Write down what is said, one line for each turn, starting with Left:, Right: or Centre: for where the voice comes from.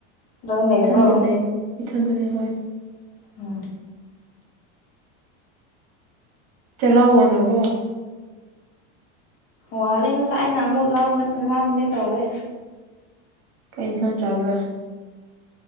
Left: ꯂꯣꯏ ꯂꯩꯕ꯭ꯔꯣ
Right: ꯏꯊꯟꯇ ꯂꯩ ꯏꯊꯟꯗ ꯂꯩ ꯍꯣꯏ
Left: ꯎꯝ
Right: ꯆꯔꯥꯋꯥꯜꯂꯕꯣ
Left: ꯋꯥꯂꯦ ꯉꯁꯥꯏꯅ ꯑꯃꯨꯛ ꯂꯥꯝꯒ ꯂꯥꯝꯒꯦ ꯇꯧꯔꯦ
Right: ꯀꯩ ꯑꯦꯟꯁꯥꯡ ꯆꯥꯔꯕ